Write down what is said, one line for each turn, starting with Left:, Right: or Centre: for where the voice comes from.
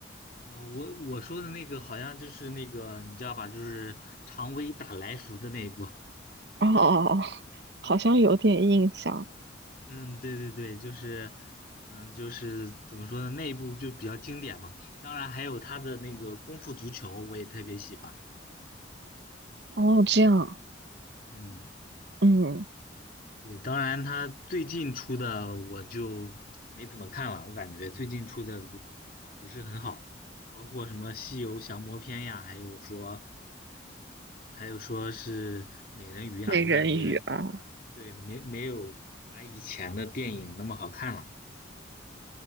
Left: 呃，我我说的那个好像就是那个，你知道吧？就是常威打来福的那一部。
Right: 哦哦，哦好像有点印象。
Left: 嗯，对对对，就是，嗯，就是怎么说呢，那一部就比较经典吧。当然还有他的那个《功夫足球》，我也特别喜欢。
Right: 哦，这样，
Left: 嗯，
Right: 嗯，
Left: 对，当然他最近出的我就没怎么看了，我感觉最近出的不不是很好，包括什么《西游降魔篇》呀，还有说还有说是《美人鱼》啊，
Right: 美人鱼啊
Left: 我感觉对没没有他以前的电影那么好看了。